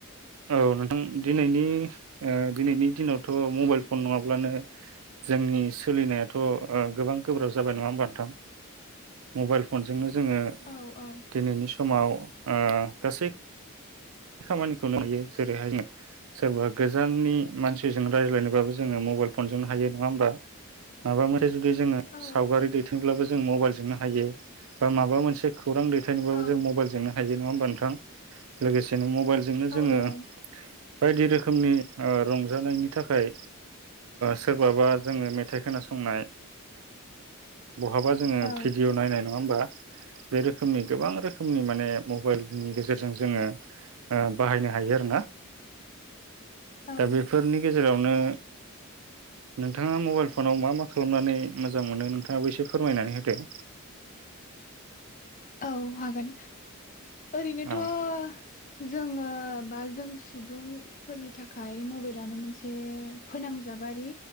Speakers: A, on the right (about 75°); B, on the left (about 35°).
A: औ नोंथां दिनैनि दिनैनि दिनावथ' मबाइल फन नङाब्लानो जोंनि सोलिनायाथ' गोबां गोब्राब जाबाय नङा होमबा नोंथां मबाइल फनजोंनो जोङो
B: औ औ
A: दिनैनि सम समाव औ गासै खामानिखौनो हायो जेरैहाय सोरबा गोजाननि मानसिजों रायज्लायनोबाबो जोङो मबाइल फनजोंनो हायो नङा होमबा माबा मोनसे जुदि जोङो
B: औ
A: सावगारि दैथोंब्लाबो जों मबाइलजोंनो हायो माबा मोनसे खौरां दैथायनोबाबो
B: औ
A: जों मबाइजोंनो हायो। नङा होनबा नोंथां लोगोसे। मबाइल। बेजोंनो जोङो।
B: औ
A: बायदि रोखोमनि। रंजानायनि थाखाय सोरबाबा जोङो मेथाइ खोनासंनाय। बहाबा जोङो
B: औ
A: भिडिअ' नाय नङा होमबा। बे रोखोमनि। गोबां रोखोमनि माने मबाइल। नि गेजेरजों जोङो। बाहायनो हायो आरोना।
B: औ
A: दा बेफोरनि गेजेरावनो। नोंथाङा मबाइल फनाव मा मा खालामनानै मोजां मोनो नोंथाङाबो एसे फोरमायनानै होदो।
B: औ हागोन। ओरैनोथ'।
A: औ
B: जोङो बा जों सुबुंफोरनि थाखाय मबाइलानो मोनसे फोनांजाबारि।